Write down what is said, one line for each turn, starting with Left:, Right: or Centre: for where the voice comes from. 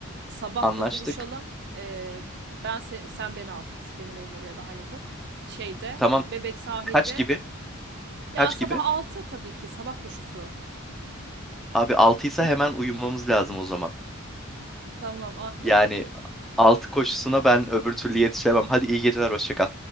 Right: Sabah
Centre: Anlaştık.
Right: da buluşalım. E, ben se- sen beni al. Benim evim oraya daha yakın. Şeyde
Centre: Tamam.
Right: Bebek sahilde.
Centre: Kaç gibi? Kaç
Right: Ya sabah
Centre: gibi?
Right: 6 tabii ki. Sabah koşusu.
Centre: Abi 6'ysa hemen uyumamız lazım o zaman.
Right: Tamam, aynen.
Centre: Yani 6 koşusuna ben öbür türlü yetişemem. Hadi iyi geceler, hoşça kal.